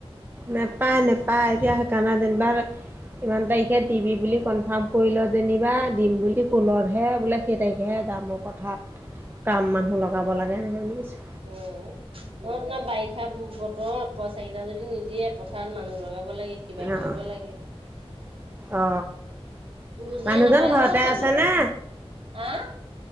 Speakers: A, on the right; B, on the right.
A: নাপাই নাপাই সেইকাৰণে এতিয়া দিন বাৰ ইমান তাৰিখে দিবি বুলি কনফাৰ্ম কৰি ল যেনিবা দিম বুলি কুলতহে বোলে সেই তাৰিখেহে যাম কথাত কাম মানুহ লগাব লাগে এনেকে বুলি কৈছে।
B: উম ম ন বাইক কঠা বতৰ পোৱা পইছা কেইটা যদি নিদিয়ে পথাৰত মানুহ লগাব লাগে। কিবা
A: অ',
B: কৰিব লাগে?
A: অ
B: বুজিয়ে
A: মানুহজন
B: নাপায়
A: ঘৰতে
B: চবেই
A: আছেনে?
B: অ,